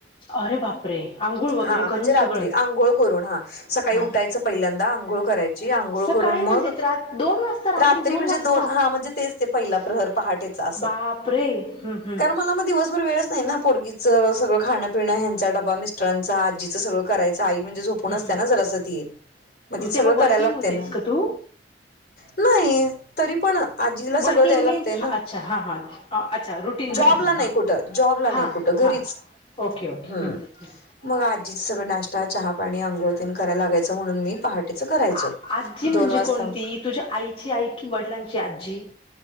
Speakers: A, on the left; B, on the left.
A: अरे बापरे आंघोळ वगैरे
B: हा म्हणजे
A: करून
B: रात्री
A: सगळं
B: आंघोळ करून हा सकाळी
A: हा
B: उाय पहिल्यांदा आंघोळ करायची आंघोळ
A: सकाळी
B: करून मग
A: म्हणजे रात दोन वाजता
B: रात्री म्हणजे
A: वाजता
B: दोन हा म्हणजे तेच पहिला प्रहर पहाटेचा अस
A: बापरे हम्म हम्म
B: मला मग दिवसभर वेळच नाही ना पोरगीचं सगळ खां पिं ह्यांचा डबा मिस्टरांचा आजी कराय आहे
A: हम्म
B: असत
A: हम्म
B: ना जरा मग तिथ सगळं
A: तेव्हा वर्किंग
B: करायला लागते
A: होतीस
B: ना
A: का तू?
B: नाही. तरी पण, आजीला सगळं
A: वर्किंग
B: द्याय लागतंय
A: मीन्स
B: ना
A: अच्छा हां हां अच्छा रुटीन
B: जॉबला
A: घरातलं
B: नाही
A: हां
B: कुठं जॉबला नाही
A: हां
B: कुठं घरीच
A: हां ओके ओके
B: हम्म
A: ह्
B: मग आजीच सगळं नाश्ता चहापाणी अंघोळतीन करायला लागायचं म्हणून मी पहाटेचं करायचो
A: आ आजी म्हणजे
B: दोन वाजता
A: कोणती
B: उठून
A: तुझ्या आईची आई की वडिलांची आजी